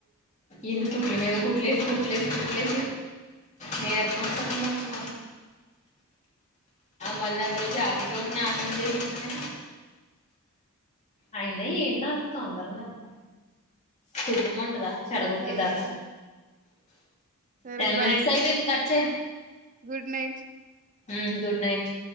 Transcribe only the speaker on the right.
ఉమ్
అయ్యా
సరే
సరే
బాయ్
గుడ్ నైట్